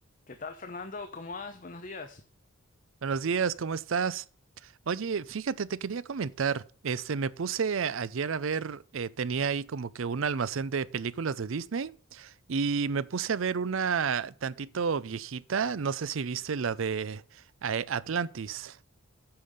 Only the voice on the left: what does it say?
¿Qué tal, Fernando? ¿Cómo vas? Buenos días.